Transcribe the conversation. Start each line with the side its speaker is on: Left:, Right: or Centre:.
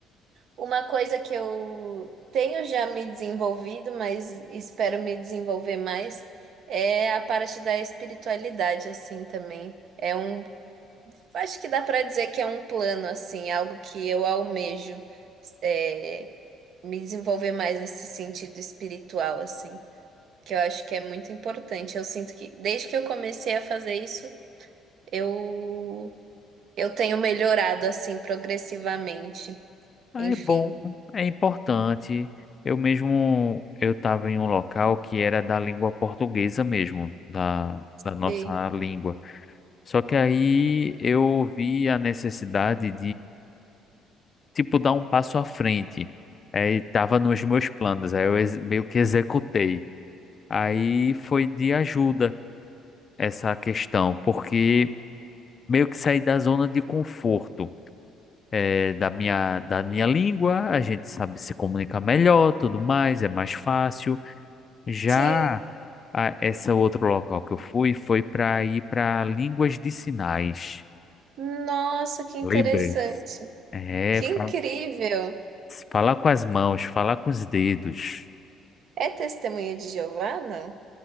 Right: Uma coisa que eu tenho já me desenvolvido, mas espero me desenvolver mais, é a parte da espiritualidade, assim, também. É um, acho que dá para dizer que é um plano, assim, algo que eu almejo, é, me desenvolver mais nesse sentido espiritual, assim, que eu acho que é muito importante. Eu sinto que desde que eu comecei a fazer isso, eu, eu tenho melhorado, assim, progressivamente.
Left: Ah,
Right: Enfim.
Left: é bom, é importante. Eu mesmo, eu estava em um local que era da língua portuguesa mesmo, da, da nossa
Right: E-
Left: língua. Só que aí eu vi a necessidade tipo, dar um passo à frente. Aí tava nos meus planos, aí eu ex- meio que executei. Aí foi de ajuda essa questão, porque meio que saí da zona de conforto. eh, da minha, da minha língua, a gente sabe se comunicar melhor, tudo mais, é mais fácil. Já
Right: Sim.
Left: a, esse outro local que eu fui foi para ir para línguas de sinais.
Right: Nossa, que interessante.
Left: Lembrei. É,
Right: Que
Left: fala-
Right: incrível.
Left: falar com as mãos, falar com os dedos.
Right: É testemunha de Jeová, não?